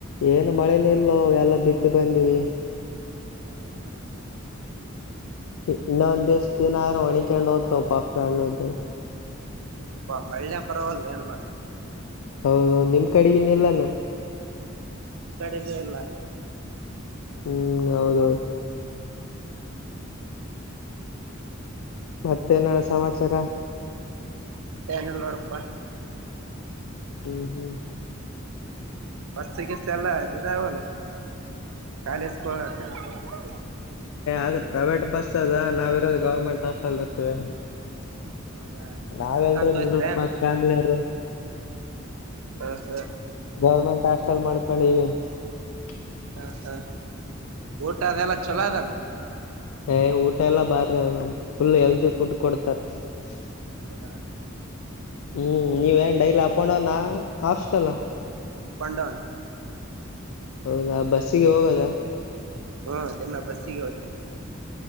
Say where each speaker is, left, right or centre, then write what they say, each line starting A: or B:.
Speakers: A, on the left; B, on the right.
A: ಏನು ಮಳೆನೆ ಇಲ್ಲೋ ಎಲ್ಲ ಬಿತ್ತಿ ಬಂದಿವಿ <unintelligible>
B: ಹೌದಾ <unintelligible>
A: ಇನ್ನೊ ಒಂದ್ ದಿವ್ಸ ದಿನರು ಒಣಿಕೊಂಡು ಹೋಗ್ತವು ಪಾಕ್ಣುರನ್ <unintelligible>
B: ಹೌದಪ್ಪಾ ಮಳ್ಳೆ ಪರವದಲ್ಲ ಏನ್ ಮಾಡ್ <unintelligible>
A: ಹೌದು ನಿಮ್ ಕಡಿಗಿನ್ನಲ್ಲಾನ <unintelligible>
B: ನಮ್ಮ್ ಕಡೆದೇ ಎಲ್ಲ <unintelligible>
A: ಹ್ಮ್ ಹೌದೌದು <unintelligible> ಮತ್ತೆ ಎನ್ ಅನ ಸಮಾಚಾರ <unintelligible>
B: ಏನಿಲ್ಲ ನೋಡಪ್ಪಾ <unintelligible>
A: ಹ್ಮ್ ಹ್ಮ್ <unintelligible>
B: ಬಸ್ಸಿಗೀಸ್ ಎಲ್ಲ ಈದಾವಲ್ಲ ಕಾಲೇಜ ಹೋಗಕ <unintelligible>
A: ಅದ ಪ್ರೈವೇಟ್ ಬಸ್ ಅದ ನಾವ್ ಇರೋದು ಗೌರ್ಮೆಂಟ್ ಹಾಸ್ಪೆಲ್ ಗೊತ್ತು <unintelligible>
B: ಹೌದಾ
A: ನಾವೆಲ್ರು
B: ನಡ್ಕಂತ ಹೋಗ್ತಿರೇನ್
A: ಮಿಡ್ಲ್ ಕ್ಲಾಸ್ ಫ್ಯಾಮಿಲಿ ಯರು <unintelligible> <inaudible>
B: ಹಾ ಹಾ <unintelligible>
A: ಗೌರ್ಮೆಂಟ್ ಹಾಸ್ಟೆಲ್ ಮಾಡ್ಕೊಂಡೀವಿ <unintelligible>
B: ಹ ಹಾ ಊಟ ಅದೆಲ್ಲ ಚೊಲೋ ಅದಲ್ಲ <unintelligible>
A: ಏ ಊಟ ಎಲ್ಲಾ ಬಾರಿ ಅದ ಫುಲ್ ಹೇಳ್ತಿ ಫುಡ್ ಕೊಡ್ತಾರ <unintelligible>
B: ಹೌದಾ <unintelligible>
A: ಹ್ಮ್ ನೀವೆನ್ ಡೈಲಿ ಉಪಂಡ್ಡೌನ್ ಆ <unintelligible> ಆಸ್ಟ್ರೆಲ <unintelligible>
B: ಅಪ್ಪಂಡೌನ್ <unintelligible>
A: ಹೌದಾ ಬಸ್ಸಿಗೆ ಹೋಗದ <unintelligible>
B: ಹಾ ದಿನ ಬಸ್ಸಿಗೆ ಹೋಗ್ತೀವಿ <unintelligible>